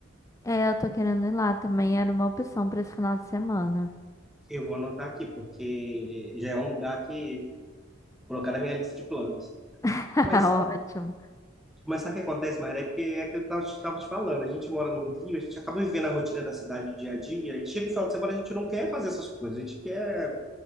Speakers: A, on the left; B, in the centre.
A: É, eu tô querendo ir lá também, era uma opção pra esse final de semana.
B: Eu vou anotar aqui, porque já é um lugar que colocar na minha lista de planos.
A: <laughs>
B: Mas
A: Ótimo.
B: Mas sabe o que acontece, Mayra? É porque é aquilo que eu estava te falando. A gente mora no Rio, a gente acaba vivendo a rotina da cidade dia a dia, e chega o final de semana, a gente não quer fazer essas coisas. A gente quer,